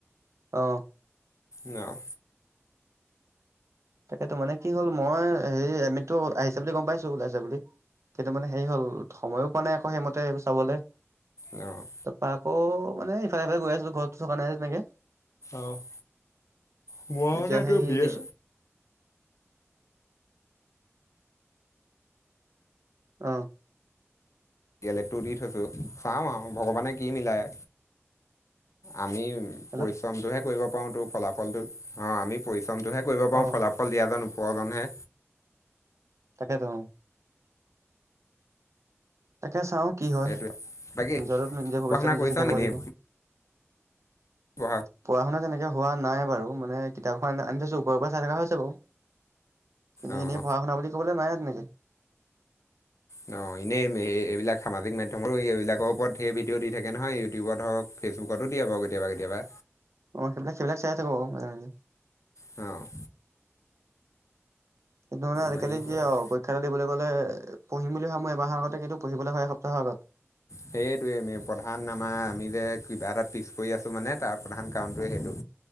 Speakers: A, on the right (about 75°); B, on the left (about 80°).
A: অ'।
B: নহ?
A: তাকেতো মানে কি হ'ল মই হেৰি এডমিটটো আহিছে বুলি গম পাইছো, ওলাইছে বুলি। কিন্তু মানে হেৰি হ'ল, সময়ো পোৱা নাই আকৌ সেইমতে এইবোৰ চাবলে।
B: অ'।
A: তাৰপা আকৌ মানে ইফালে সিফালে গৈ আছো, ঘৰতো থকা নাই তেনেকে।
B: অ', <unintelligible>
A: এতিয়া সেই
B: বি
A: দিছো
B: এ
A: অ'।
B: ডি এল এডটো দি থৈছোঁ, চাওঁ আৰু ভগৱানে কি মিলায় আমি
A: হেল্ল'
B: পৰিশ্ৰমটোহে কৰিব পাৰোঁতো, ফলাফলটো। অ', আমি পৰিশ্ৰমটোহে কৰিব পাৰোঁ
A: অ
B: ফলাফল অকল দিয়া জন উপৰজনহে।
A: তাকেতো। তাকে চাও কি হয়,
B: সেইটোৱে বাকী
A: নিজৰে নিজৰ ভৱিষ্যত
B: পঢ়া শুনা
A: নিজে
B: কৰিছ
A: চিন্তা কৰিব
B: নি এনেই
A: লাগিব।
B: পঢ়া
A: পঢ়া শুনা তেনেকে হোৱা নাই বাৰু, মানে কিতাপখন আনি থৈছো ওপৰে ওপৰে চাই থকা হৈছে বাৰু। কিন্তু
B: অঁ
A: এনেয়ে পঢ়া শুনা বুলি ক'বলৈ নাই তেনেকে।
B: নহ এনেই সেই এইবিলাক সামাজিক মাধ্যমৰো এইবিলাকৰ ওপৰত ধেৰ ভিডিঅ' দি থাকে নহয়, ইউটিউবত হওক ফেচবুকতো দিয়ে বাৰু কেতিয়াবা, কেতিাবা।
A: অ', সেইবিলাক সেইবিলাক চাই আছো বাৰু, মাজে মাজে।
B: অ'।
A: কিন্তু মানে আজিকালি
B: বাকী সেইয়াই
A: কি আৰু প পৰীক্ষা এটা দিবলৈ গ'লে পঢ়িম বুলি ভাব মই এমাহৰ আগতে। কিন্তু পঢ়িবলৈ হয় এসপ্তাহৰ আগত।
B: সেইটোৱে প্ৰধান আমাৰ আমি যে কিবা এটটা পিচ কৰি আছোঁ মানে তাৰ প্ৰধান কাৰণটোৱে সেইটো।